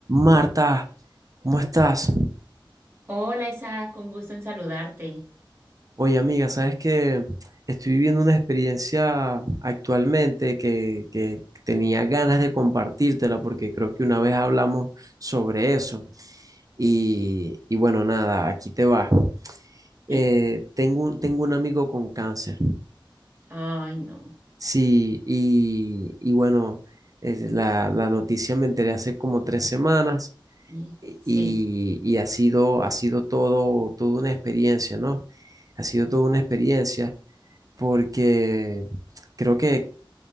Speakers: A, on the right (about 40°); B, on the right (about 25°).
A: Marta, ¿cómo estás?
B: Hola Isa, con gusto en saludarte.
A: Oye, amiga, sabes que estoy viviendo una experiencia actualmente que, que tenía ganas de compartírtela porque creo que una vez hablamos sobre eso. Y, y bueno, nada, aquí te va. Eh,
B: Sí.
A: tengo, un- tengo un amigo con cáncer.
B: Ay, no.
A: Sí, y, y bueno, eh, la, la noticia me enteré hace como tres semanas
B: Hijo.
A: y,
B: Sí,
A: y ha sido, ha sido todo, toda una experiencia, ¿no? Ha sido toda una experiencia porque creo que,